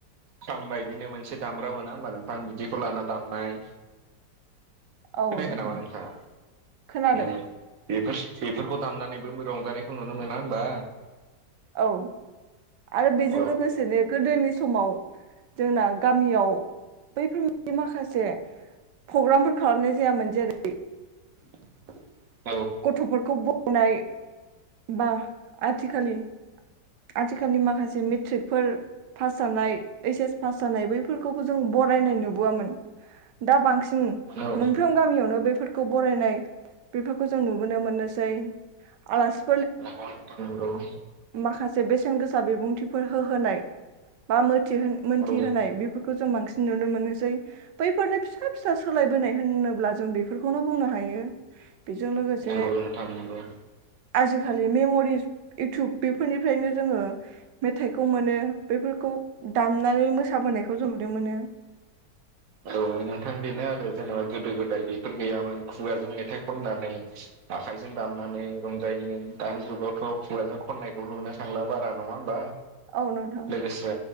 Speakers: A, on the right; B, on the right.
A: थाम बायदिनो मोनसे दामग्रा मोना होनोमबा नोंथां बिदिखौ लाना दामनाय।
B: औ
A: खोनायाखो
B: नोंथां
A: नामा नोंथाङा
B: खोनादों
A: ओ बेफोर बेफोरखौ दामनानैबो रंजानायखौ नुनो मोना होमबा।
B: औ आरो बेजों
A: औ
B: लोगोसेनो गोदोनि समाव जोंना गामियाव बैफोर माखासे प्रग्रामफोर खालामनाय जायामोन जेरै
A: <inaudible>
B: गथ'फोरखौ बनाय बा आथिखालि आथिखालनि माखासे मेट्रिकफोर पास जानाय ऐइस-एस पास जानाय बैफोरखौबो जों बरायनाय नुबोआमोन। दा बांसिन
A: औ
B: मोनफ्रोम गामियावनो बे फोरखौ बरायनाय बेफोरखौ जों नुबोनो मोननोसै आलासि
A: <inaudible>
B: माखासे बेसेन गोसा बिबुंथिफोर होहोनाय बा थि मोनथि
A: औ
B: होनाय बेफोरखौ जों बांसिन नुनो मोनोसै बैफोरनो फिसा फिसा सोलायबोनाय होनोब्ला जों बेफोरखौनो बुंनो हायो।
A: <unintelligible>
B: बेजों लोगोसे आजिखालि मेम'रिस इउटुब बेफोरनिफ्रायनो जोङो मेथाइखौ मोनो बेफोरखौ दामनानै मोसाबोनाय खौ जों नुनो मोनो
A: औ नोंथां बेनो आरो जेनेबा गोदो गोदाय बेफोर गैयामोन खुगाजों मेथाइ खननानै आखाइजों दामनानै रंजायोमोन दानि जुगावथ' खुगाजों खननायखौ नुनो थांला बारा नङा होमबा।
B: औ नोंथां
A: लोगोसे